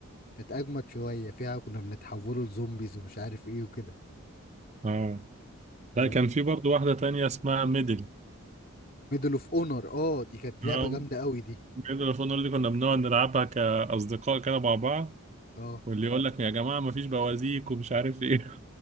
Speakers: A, on the left; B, on the right.
A: كانت اجمد شوية فيها كنا بنتحولوا لزومبيز ومش عارف ايه وكده
B: اه لا
A: وميدل
B: كان في برضو واحده تانية اسمها ميدل
A: اوف اونر اه دي كانت لعبة
B: اه
A: جامدة قوي دي
B: ميدل اوف اونر دي كنا بنقعد نلعبها كاصدقاء كده مع بعض
A: اه
B: واللي يقول لك يا جماعه مفيش بوازيك ومش عارف ايه